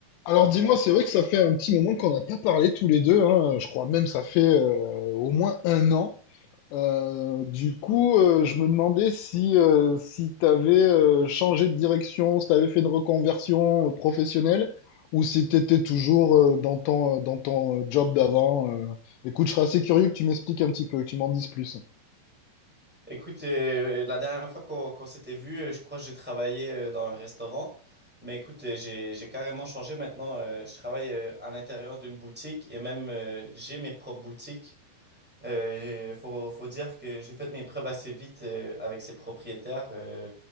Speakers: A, on the left (about 80°); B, in the centre.
A: Alors dis-moi, c'est vrai que ça fait un petit moment qu'on n'a pas parlé tous les deux, hein. Je crois même ça fait euh, au moins un an. Euh, du coup, euh, je me demandais si, euh, si tu avais changé de direction, si tu avais fait une reconversion euh, professionnelle ou si tu étais toujours euh, dans ton, euh, dans ton euh, job d'avant. euh. Écoute, je serais assez curieux que tu m'expliques un petit peu, que tu m'en dises plus.
B: Écoute, euh, la dernière fois qu'on qu'on s'était vu, euh, je crois que j'ai travaillé euh, dans un restaurant. Mais écoute, euh, j'ai j'ai carrément changé maintenant. euh, je travaille euh, à l'intérieur d'une boutique et même euh, j'ai mes propres boutiques. Euh, faut, faut dire que j'ai fait mes preuves assez vite euh, avec ces propriétaires. euh,